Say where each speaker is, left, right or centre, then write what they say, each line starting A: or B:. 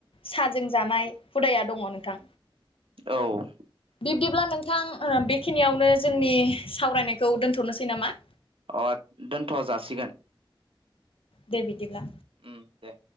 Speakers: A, on the left; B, on the right.
A: साहाजों जानाय हुदाया दङ नोंथां।
B: औ
A: बिब्दिब्ला नोंथां बेखिनियावनो जोंनि सावरायनायखौ दोन्थ'नोसै नामा।
B: अ दोनथ' जासिगोन।
A: दे बिदिब्ला।
B: उम दे।